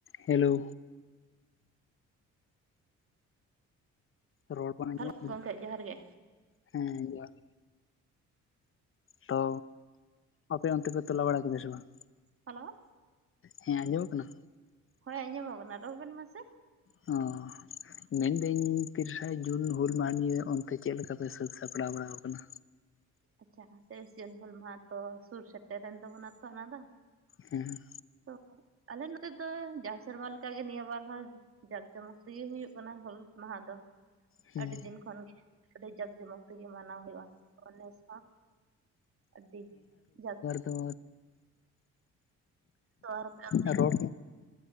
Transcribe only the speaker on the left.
Hello ᱨᱚᱲ ᱵᱟᱝ ᱟᱡᱚᱜ
ᱠᱟᱱᱟ
ᱦᱮᱸ ᱡᱚᱦᱟᱨᱼᱼ ᱛᱚ ᱟᱯᱮ ᱚᱱᱛᱮ ᱯᱮ ᱛᱚᱞᱟ ᱵᱟᱲᱟ ᱠᱮᱫᱟ ᱥᱮ ᱵᱟᱝ
ᱦᱮᱸ ᱟᱸᱡᱚᱢᱚᱜ ᱠᱟᱱᱟ
ᱦᱚᱸ ᱢᱮᱱᱫᱟᱹᱧ ᱛᱤᱨᱤᱥᱮ ᱡᱩᱱ ᱦᱩᱞ ᱢᱟᱦᱟ ᱱᱤᱭᱮ ᱚᱱᱛᱮ ᱪᱮᱫ ᱞᱮᱠᱟᱯᱮ ᱥᱟᱹᱛ ᱥᱟᱯᱲᱟᱣ ᱵᱟᱲᱟᱣ ᱟᱠᱟᱫᱟ?
ᱦᱩᱸ
ᱦᱮᱸ
ᱛᱚ
<inaudible> ᱨᱚᱲ